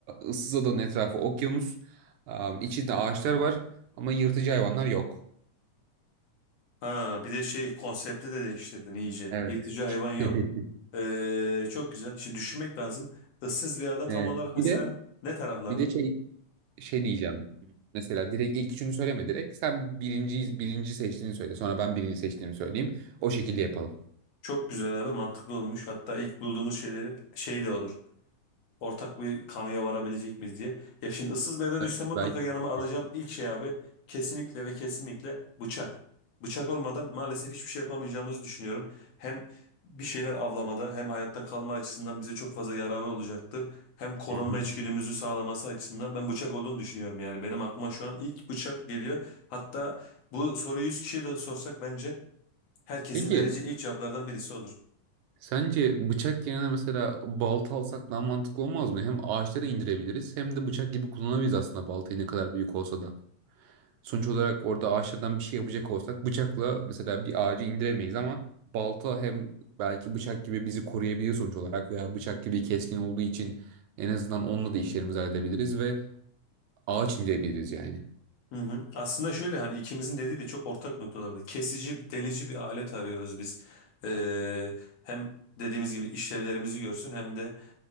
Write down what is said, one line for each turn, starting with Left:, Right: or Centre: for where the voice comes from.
Right: ıssız adanın etrafı okyanus. Ee, içinde ağaçlar var ama yırtıcı hayvanlar yok.
Left: Ha bir de şey konsepti de değiştirdin iyice.
Right: Evet.
Left: Yırtıcı hayvan yok.
Right: <laughs>
Left: Ee, çok güzel. Şimdi düşünmek lazım. Issız bir ada
Right: Evet.
Left: tam olarak mesela
Right: Bir de
Left: ne taraflarda?
Right: bir de şey şey diyeceğim. Mesela direkt ilk üçünü söyleme direkt. Sen birinci, birinci seçtiğini söyle. Sonra ben birinci seçtiğimi söyleyeyim. O şekilde yapalım.
Left: Çok güzel abi mantıklı olmuş. Hatta ilk bulduğumuz şeyleri şey de olur. ortak bir kanıya varabilecek miyiz diye. Ya şimdi ıssız bir yere
Right: Evet,
Left: düşsem
Right: evet,
Left: mutlaka
Right: belki
Left: yanıma
Right: yapabiliriz.
Left: alacağım ilk şey abi kesinlikle ve kesinlikle bıçak. Bıçak olmadan maalesef hiçbir şey yapamayacağımızı düşünüyorum. Hem bir şeyler avlamada hem hayatta kalma açısından bize çok fazla yararı olacaktır. Hem korunma
Right: Hı hı.
Left: içgüdümüzü sağlaması açısından ben bıçak olduğunu düşünüyorum yani. Benim aklıma şu an ilk bıçak geliyor. Hatta bu soruyu 100 kişiye de sorsak bence herkesin
Right: Peki
Left: vereceği ilk cevaplardan birisi odur.
Right: sence bıçak yerine mesela balta alsak daha mantıklı olmaz mı? Hem ağaçları indirebiliriz hem de bıçak gibi kullanabiliriz aslında baltayı ne kadar büyük olsa da. Sonuç olarak orada ağaçlardan bir şey yapacak olsak bıçakla mesela bir ağacı indiremeyiz ama balta hem belki bıçak gibi bizi koruyabilir sonuç olarak veya bıçak gibi keskin olduğu için en azından onunla da işlerimizi halledebiliriz ve ağaç indirebiliriz yani.
Left: Hı hı. Aslında şöyle hani ikimizin dediği de çok ortak noktalarda. Kesici, delici bir alet arıyoruz biz. Ee, hem dediğimiz gibi işlevlerimizi görsün hem de